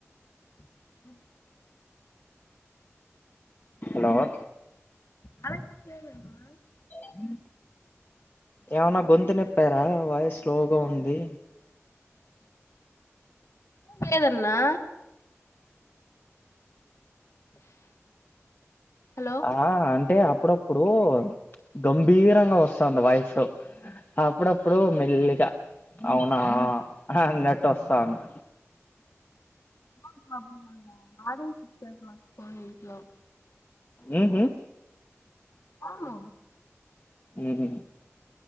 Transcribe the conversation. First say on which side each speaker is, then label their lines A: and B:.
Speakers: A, on the left (about 70°); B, on the left (about 40°).
A: అ <unintelligible>
B: హలో
A: అలాలేదుమ్మా <unintelligible>
B: హ <inaudible> ఏమన్నా గొంతు నొప్పారా వాయసు స్లోగా ఉంది
A: అ లేదన్నా హలో
B: ఆ అంత టే అప్పుడప్పుడు గంభీరంగా వస్తుంది వాయిసు అప్పుడప్పుడు మెల్లిగా అవునా అన్నట్టు వస్తాంది
A: ఎ ప్రాబ్ నాడేకో వీట్లో <unintelligible>
B: ఉ.... హుమ్
A: ఆ.,.. ఆ
B: మ్ హు